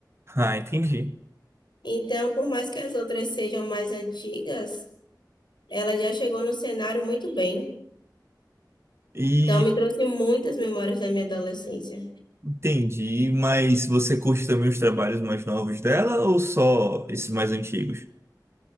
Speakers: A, on the right; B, on the left.
A: Ah, entendi.
B: Então, por mais que as outras sejam mais antigas, ela já chegou no cenário muito bem.
A: E
B: Então, me trouxe muitas memórias da minha adolescência.
A: entendi, mas você curte também os trabalhos mais novos dela ou só esses mais antigos?